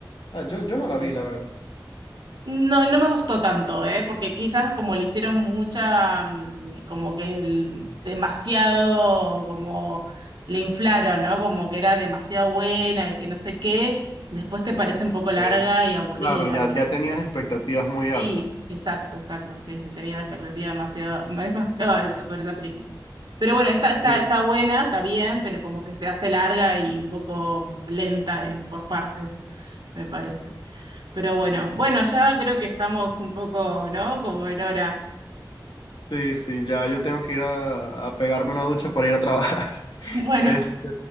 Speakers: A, on the left (about 70°); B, on the right (about 75°).
A: Ah, yo, yo no
B: Sí.
A: la vi, la verdad.
B: No, no me gustó tanto, ¿eh? Porque quizás como le hicieron mucha, mm, como que el- demasiado, como le inflaron, ¿no? Como que era demasiado buena y que no sé qué, después te parece un poco larga
A: Ok.
B: y aburrida,
A: Claro, ya,
B: como
A: ya tenías
B: que-
A: expectativas muy
B: sí,
A: altas.
B: exacto, exacto, sí, se tenía la expectativa demasiado, <laughs> demasiado alta sobre esa película. Pero bueno, está, está,
A: Yo-
B: está buena, está bien, pero como que se hace larga y un poco lenta, eh, por partes, me parece. Pero bueno, bueno, ya creo que estamos un poco, ¿no? Como en hora.
A: Sí, sí, ya yo tengo que ir a, a pegarme una ducha para ir a trabajar. <laughs>
B: Bueno,
A: Este,